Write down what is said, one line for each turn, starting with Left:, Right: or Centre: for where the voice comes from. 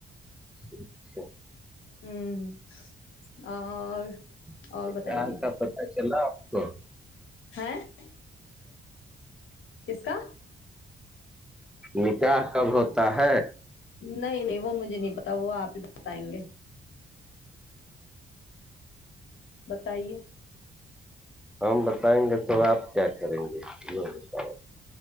Centre: اچھا <unintelligible>
Left: <unintelligible>
Centre: <unintelligible>
Left: اور بتائیے
Centre: <unintelligible>
Left: <unintelligible> <unintelligible>
Centre: نکاح کب ہوتا ہے
Left: نہیں نہیں وہ مجھے نہیں پتا ت وہ آپ ہی بتائیں گے بتائیے
Centre: ہم بتائیں گے تو آپ کیا کریں گے یہ بتاؤ